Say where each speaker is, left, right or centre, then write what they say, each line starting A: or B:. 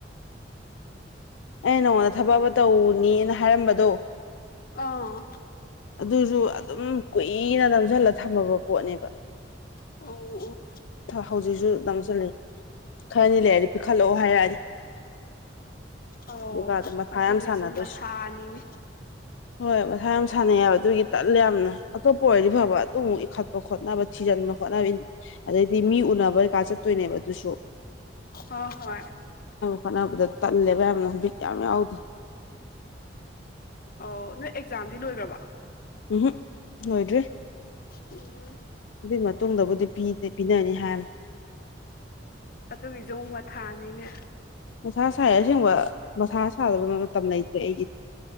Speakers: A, on the left; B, on the left.
A: ꯑꯩ ꯅꯉꯣꯟꯗ ꯊꯕꯛ ꯑꯃ ꯇꯧꯅꯤꯅ ꯍꯥꯏꯔꯝꯕꯗꯣ
B: ꯑꯥ
A: ꯑꯗꯨꯁꯨ ꯑꯗꯨꯝ ꯀꯨꯏꯅ ꯅꯝꯁꯤꯜꯂ ꯊꯝꯃꯕ ꯄꯣꯠꯅꯦꯕ
B: ꯑꯣ ꯑꯣ
A: ꯍꯧꯖꯤꯛꯁꯨ ꯅꯪꯁꯤꯂꯤ ꯈꯔꯅꯤ ꯂꯩꯔꯗꯤ ꯄꯤꯈꯠꯂꯛꯑꯣ ꯍꯥꯏꯔꯛꯑꯅꯤ
B: ꯑꯧ
A: ꯑꯗꯨꯒꯗ ꯃꯊꯥ
B: ꯑꯗꯨꯒꯤꯁꯨ
A: ꯌꯥꯝ ꯁꯥꯟꯅꯗꯣꯏꯁꯤ
B: ꯃꯊꯥꯅꯤꯅꯦ
A: ꯍꯣꯏ ꯃꯁꯥ ꯌꯥꯝ ꯁꯥꯟꯅꯩꯌꯦꯕ ꯑꯗꯨꯒꯤ ꯇꯠꯂꯦ ꯌꯥꯝꯅ ꯑꯇꯣꯞꯄ ꯑꯣꯏꯔꯗꯤ ꯐꯕ ꯑꯗꯨꯃꯨꯛ ꯏꯈꯠꯄ ꯈꯣꯠꯅꯕ ꯊꯤꯖꯟ ꯈꯣꯠꯅꯕꯤ ꯑꯗꯩꯗꯤ ꯃꯤ ꯎꯅꯕ ꯀꯩꯀꯥ ꯆꯠꯇꯣꯏꯅꯦꯕ ꯑꯗꯨꯁꯨ
B: ꯑꯣ ꯍꯣꯏ
A: ꯐꯅꯗ ꯇꯜꯂꯦꯕ ꯌꯥꯝꯅ ꯍꯨꯖꯤꯛ ꯌꯥꯝ ꯌꯥꯎꯗꯦ
B: ꯑꯧ ꯅꯣꯏ ꯑꯦꯛꯖꯥꯝꯗꯤ ꯂꯣꯏꯒ꯭ꯔꯕꯣ
A: ꯎꯍꯨꯛ ꯂꯣꯏꯗ꯭ꯔꯤ
B: ꯎꯝ
A: ꯑꯗꯨꯏ ꯃꯇꯨꯡꯗꯕꯨꯗꯤ ꯄꯤꯗꯤ ꯄꯤꯅꯅꯤ ꯍꯥꯏꯝ
B: ꯑꯗꯨꯒꯤꯖꯣꯡ ꯃꯊꯥꯅꯤꯅꯦ
A: ꯃꯊꯥ ꯁꯥꯏ ꯑꯁꯦꯡꯕ ꯃꯊꯥ ꯁꯥꯗꯕ ꯃꯇꯝ ꯂꯩꯇꯦ ꯑꯩꯒꯤ